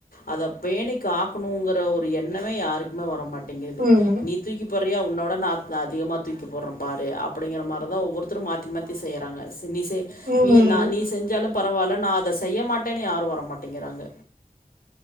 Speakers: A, on the left; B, on the right.
A: அத பேணிக் காக்கணுங்கிற ஒரு எண்ணமே யாருக்குமே வரமாட் எது
B: ஆமா
A: நீ தூக்கி போற றியா உன்னோட நா அ அதிகமா தூக்கி போட்ற பாரு அப்படிங்கற மாரிதா ஒவ்வொருத்தரும் மாத்தி மாத்தி செய்யறாங்க நீ செய்
B: ஆமா
A: நீ
B: ஆமா
A: நா நீ செஞ்சாலும் பரவால்ல நா அத செய்ய மாட்டேன்னு யாரும் வர மாட்டிங்கிறாங்க